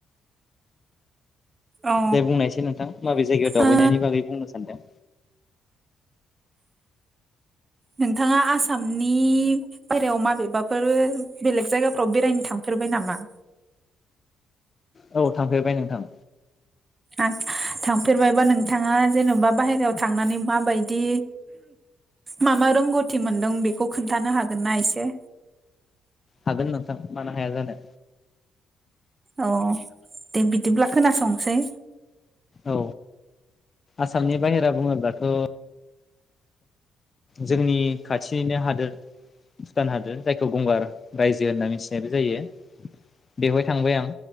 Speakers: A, on the right; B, on the left.
A: औ
B: दे बुंनायसै नोंथां माबे जायगायाव दावबायनायनि
A: ओ
B: बागै बुंनो सानदों
A: नोंथाङा आसामनि बायहेरायाव माबेबाफोर बेलेग जायगाफोराव बेरायनो थांफेरबाय नामा?
B: औ थांफेरबाय नोंथां।
A: आ थांफेरबायबा नोंथाङा जेन'बा बाहेरायाव थांनानै माबायदि मा मा रोंगौथि मोनदों बेखौ खोनथानो हागोनना एसे
B: हागोन नोंथां मानो हाया जानो।
A: अ दे बिदिब्ला खोनासंसै
B: औ आसामनि बाहेरा बुङोब्लाथ' जोंनि खाथिनिनो हादोर भुटान हादोर जायखौ गंगार रायजो होनना मिथिनायबो जायो बेवहाय थांबाय आं